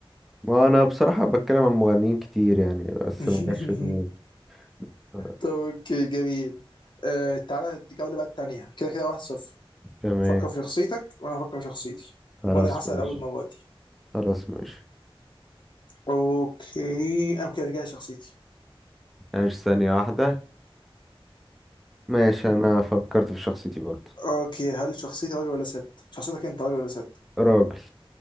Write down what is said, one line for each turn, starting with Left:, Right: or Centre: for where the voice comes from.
Centre: ما انا بصراحة بتكلم عن مغنيين كتير يعني بس
Left: <laughs>
Centre: ما جاش في دماغي آه،
Left: طب اوكي جميل آه تعالى الجولة بقى التانية كده كده واحد صفر
Centre: تمام
Left: فكر في شخصيتك وانا افكر في شخصيتي
Centre: خلاص
Left: وانا اللي هسأل
Centre: ماشي
Left: اول مرة دي
Centre: خلاص ماشي
Left: اوكي اوكي انا جاي شخصيتي
Centre: ماشي ثانية واحدة ماشي أنا فكرت في شخصيتي برضه
Left: اوكي هل شخصيتي راجل ولا ست؟ شخصيتك انت راجل ولا ست؟
Centre: راجل